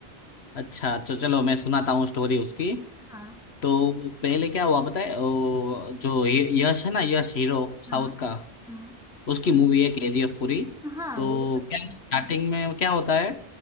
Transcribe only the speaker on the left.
अच्छा तो चलो मैं सुनाता हूँ स्टोरी उसकी
तो पहले क्या हुआ बताए वो जो ये- यश है ना यश हीरो साउथ
का
उसकी मूवी है केजीएफ पूरी
तो
क्या
स्टार्टिंग
में क्या होता है